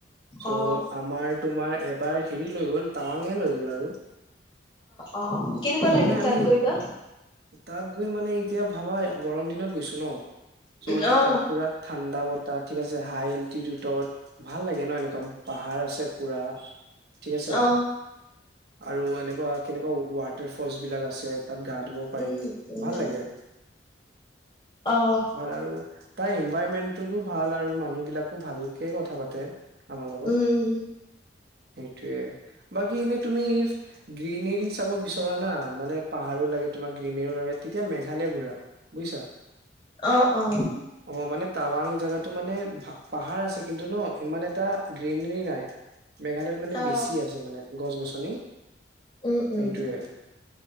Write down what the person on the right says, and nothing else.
চ'
আমাৰ তোমাৰ এবাৰ হেৰি লৈ গ'ল টাৱাঙে লৈ গ'ল আৰু।
মানে আমি
তাত গৈ মানে এতিয়া ভাবা গৰম দিনত গৈছো ন চ' মানে
তাত পুৰা ঠাণ্ডা বতাহ ঠিক আছে হাই এল্টিটিউডত ভাল লাগে ন এনেকুৱা পাহাৰ আছে। ছে পুৰা ঠিক‌ আছে
আৰু এনেকুৱা কেনেকুৱা ৱাড ড ফল্চ বিলাক আছে তাত গা ধুব পাৰি
ভাল লাগে।
ভাল আৰু তাৰ ইনভাইৰমেন্টটোতো ভাল আৰু মানুহ বিলাকো ভালকে কথা পাতে। আমাৰ লগত
সেইটোয়ে বাকী এনেই তুমি গ্ৰীনেৰী চাব বিচৰা না মানে পাহাৰো লাগে তোমাক গ্ৰীণ তেতিয়া মেঘালয় ঘূৰা বুজিছা।
অ মানে টাৱাং জাগাটো মানে পাহাৰ আছে কিন্তু ন ইমান এটা গ্ৰীনেৰী নাই। <inaudible> মেঘালয়ত মানে
বেছি আছে মানে গছ গছনি
সেইটোৱে।